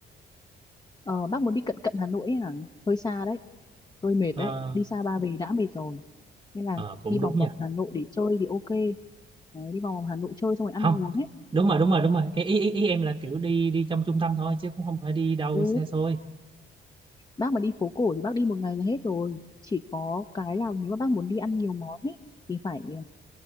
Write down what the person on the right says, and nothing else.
ờ
ờ, cũng
đúng
nha
không
đúng rồi đúng rồi đúng rồi ý, ý, ý ý em là kiểu đi đi trong trung tâm thôi chứ cũng không phải đi đâu
xa xôi